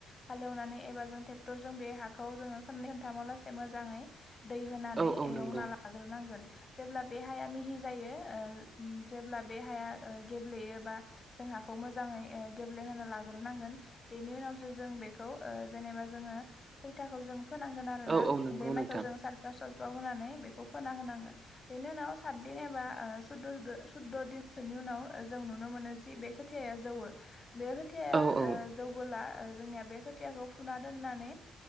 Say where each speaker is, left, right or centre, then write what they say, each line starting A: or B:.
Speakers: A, on the left; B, on the right.
A: हालेवनानै एबा जों टेक थरजों बे हाखौ जोंङो खोननै खोन थामावलासे मोजाङै दै होनानै
B: औ औ
A: एवना
B: नंगौ
A: लाग्रोनांगोन। जेब्ला बे हाया मिहि जायो ओम जेब्ला बे हाया ओ गेब्लेयोबा जों। हाखौ मोजाङै ओ गेब्लेहोना लाग्रोनांगोन बेनि उनावसो जों बेखौ ओ जेनेबा जोङो। खैथाखौ जों फोनांगोन आरो
B: औ
A: ना
B: औ नंगौ
A: बे माइखौ
B: नोंथां
A: जों साल। खौ होनानै बेखौ फोना होनांगोन बेनि उनाव सात दिन एबा ओ सुददो सुदद' दिनसोनि उन आव। उनाव जों नुनो मोनो जि बे खोथाया जौवो बे खोथाया
B: औ औ
A: ओ जौबोला। ओ जोंनिया बे खोथियाखौ फुना दोननानै